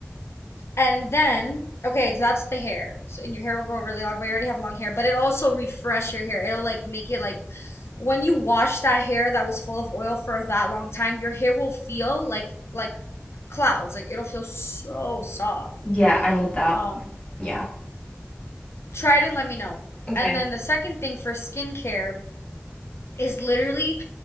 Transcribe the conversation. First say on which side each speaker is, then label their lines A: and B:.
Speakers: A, on the left; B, on the left.
A: And then, okay, so that's the hair. So and your hair will grow really long, but you already have long hair, but it also refresh your hair. It'll like make it like when you wash that hair that was full of oil for that long time, your hair will feel like like clouds. Like it'll feel so soft.
B: Yeah, I need that.
A: Um,
B: Yeah.
A: try it and let me know.
B: Okay.
A: And then the second thing for skincare is literally